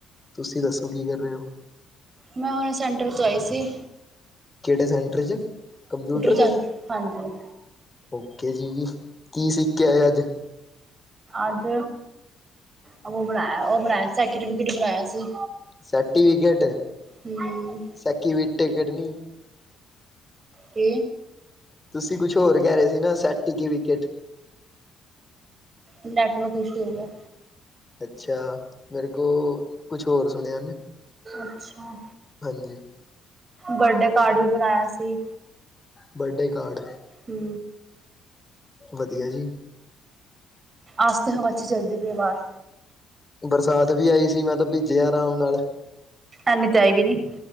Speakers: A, on the left; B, on the right.
A: ਤੁਸੀਂ ਦੱਸੋ ਕੀ ਕਰ ਰਏ ਔ।
B: ਮੈਂ ਹੁਣੇ ਸੈਂਟਰ ਤੋਂ ਆਈ ਸੀ।
A: ਕਿਹੜੇ ਸੈਂਟਰ ਚ! ਕੰਪਿਊਟਰ ਦੇ।
B: ਜਾਣ ਹਾਂਜੀ
A: ਓਕੇ ਜੀ, ਜੀ ਕੀ ਸਿੱਖ ਕੇ ਆਏ ਅੱਜ?
B: ਅੱਜ ਉਹ ਬਣਾਇਆ, ਉਹ ਬਣਾਇਆ ਸੀ ਐ ਵਿਟ ਬਣਾਇਆ ਸੀ।
A: ਸੈਰਟੀਫਿਕੇਟ,
B: ਹੂੰ
A: ਸੈਕਿਵ ਟਿਕਟ ਨਹੀਂ।
B: ਕੀ?
A: ਤੁਸੀਂ ਕੁਛ ਹੋਰ ਕਹਿ ਰਹੇ ਸੀ ਨਾ, ਸੈਟੀ ਕੀ ਵਿਕਟ
B: ਨੈਟਵਰਕ ਇਸ਼ੂ ਹੋ ਗਿਆ।
A: ਅੱਛਾ। ਮੇਰੇ ਕੋਲ, ਕੁਛ ਹੋਰ ਸੁਣਿਆ ਮੈਂ।
B: ਅੱਛਾ।
A: ਹਾਂਜੀ।
B: ਬਰਡੇ ਕਾਰਡ ਵੀ ਬਣਾਇਆ ਸੀ।
A: ਬੱਡੇ ਕਾਰਡ
B: ਹੂੰ।
A: ਵਧੀਆ ਜੀ।
B: ਆਸ ਤੇ ਹਵਾ ਵਿੱਚ ਚਲਦੀ ਪਈ ਹੈ ਆਵਾਜ਼
A: ਬਰਸਾਤ ਵੀ ਆਈ ਸੀ ਮੈਂ ਤਾਂ ਭੀਜਿਆ ਆਰਾਮ ਨਾਲ।
B: ਹਨੀ ਤੇ ਆਈ ਵੀ ਨੀ।